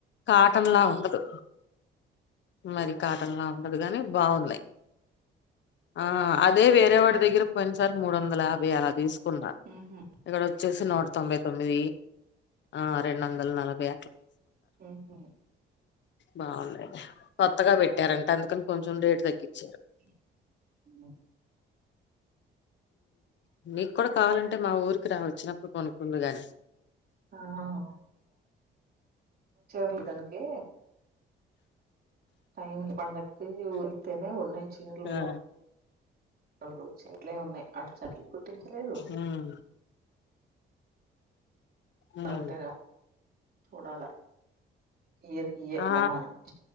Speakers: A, on the left; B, on the right.
A: కాటన్ లోలా ఉ మరి కాటన్లా ఉంటదు కాగానీ బాగున్నాయి ఆ అదే వేరేవాడి దగ్గర కొన్నిసార్లు మూడు వందల యాభై అలా తీసుకు న్నా
B: ఉహు
A: ఇక్కడ వచ్చేసి నూట తొంభై తొమ్మిది ఆ రెండు వందల నలభై
B: ఆహ
A: బాగుండడి కొత్తగా పెట్టారంటే అందుకని కొంచెం రేటు తగ్గించారు
B: అ
A: నీకు కూడా కావాలంటే మా ఊరికి రా వచ్చినప్పుడు కొనుకులు కానీ
B: ఆస దాననికి టైం పండకు వెతేను ఉన్నాయ చేరల్
A: ఆ
B: ముర నలుగు చెట్లే ఉన్నాయి అటు చర్లు గుట్తించలేదు
A: ఉమ్, ఉమ్.
B: అంటేనే చూడాల ఇరికియ
A: ఆ,
B: మామాని